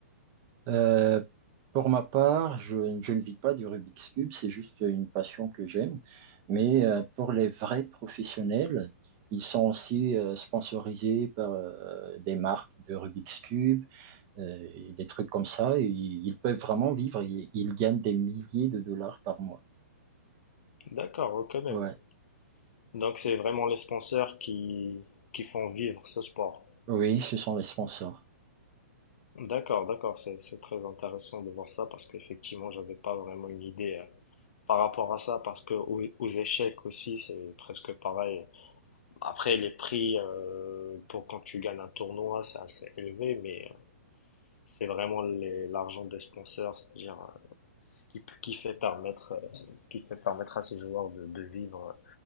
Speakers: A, on the right (about 20°); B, on the left (about 55°).
A: Euh, pour ma part, je, je ne vis pas du Rubik's Cube, c'est juste une passion que j'aime. Mais euh, pour les vrais professionnels, ils sont aussi euh, sponsorisés par euh, des marques de Rubik's Cube euh, et des trucs comme ça. Et ils, ils peuvent vraiment vivre, ils, ils gagnent des milliers de dollars par mois.
B: D'accord, quand même.
A: Ouais.
B: Donc, c'est vraiment les sponsors qui, qui font vivre ce sport.
A: Oui, ce sont les sponsors.
B: D'accord, d'accord, c'est c'est très intéressant de voir ça parce qu'effectivement, j'avais pas vraiment une idée. euh, par rapport à ça parce que aux, aux échecs aussi c'est presque pareil. Après les prix euh, pour quand tu gagnes un tournoi c'est assez élevé mais euh, c'est vraiment les- l'argent des sponsors c'est-à-dire euh, qui, qui fait permettre euh, qui fait permettre à ces joueurs de, de vivre